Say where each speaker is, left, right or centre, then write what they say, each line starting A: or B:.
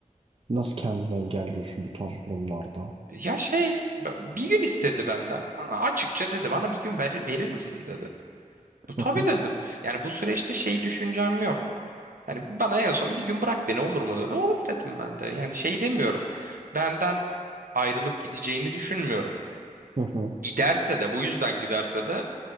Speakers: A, on the right (about 40°); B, on the right (about 80°).
A: Nasıl kendini engelliyorsun bu tarz durumlarda?
B: Ya şey b- bir gün istedi benden. Aa, Açıkça dedi bana bir gün verir, verir misin dedi. Bu tabii
A: Hı hı,
B: dedim. Yani bu süreçte şey düşüncem yok. Yani bana en son bir gün bırak beni olur mu dedi. Olur dedim ben de. Yani şey demiyorum. Benden ayrılıp gideceğini düşünmüyorum.
A: hı hı.
B: Giderse de bu yüzden giderse de